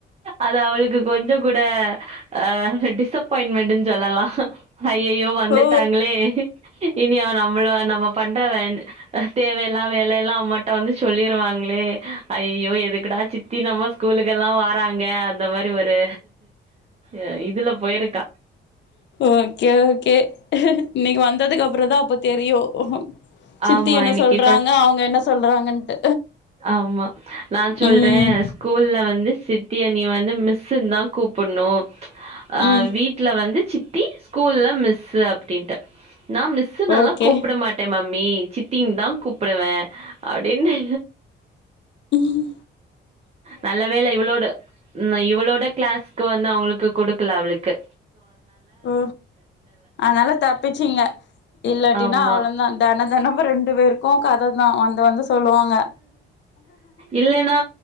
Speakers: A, on the right; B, on the left.
A: அது அவுளுக்கு கொஞ்ச கூட ஆ டிஸ்ஸப்பாயிண்மெண்டுன் சொல்லலா அய்யய்யோ வந்துட்டாங்ளே
B: ஓ
A: இனி அவ நம்மள நம்ம பண்ற வேண் தேவ இல்லா வேலைல்லா அம்மாட்ட வந்து சொல்லிருவாங்ளே ஐயயோ எதுக்குடா சித்தி நம்ம ஸ்கூலுக்கலா வாராங்க அந்த மாரி ஒரு அ இதுல போயிருக்கா.
B: ஓகே ஓகே இன்னக்கி வந்ததுக்கப்பறதா அப்ப தெரியு சித்தி
A: ஆமா.
B: என்ன
A: இன்னைக்கு
B: சொல்றாங்க
A: ஃபர்ஸ்ட்
B: அவங்க என்ன சொல்றாங்கன்ட்டு
A: ஆமா நா சொல்றே
B: ம்
A: ஸ்கூல்ல வந்து சித்திய நீ வந்து மிஸ்ன்தா கூப்பன்னு அ
B: ம்
A: வீட்ல வந்து சித்தி ஸ்கூல்ல மிஸ்ஸு அப்டின்ட்டு நா மிஸ்ஸுனல்லா
B: ஓகே
A: கூப்பட மாட்டே மம் மி சித்தின்தா கூப்புடுவே அப்டின்னு
B: ம்
A: நல்ல வேல இவளோட ந இவளோட கிளாஸ்க்கு வந்து அவுங்ளுக்கு குடுக் கல அவுளுக்கு
B: ஓ அதனால தப்பிச்சீங்க இல்லாட்டினா
A: ஆமா.
B: அவ்ளோ தா தென தெனமு ரெண்டு பேருக்கு கததா வந்து வந்து சொல்லுவாங்க
A: இல்லன்னா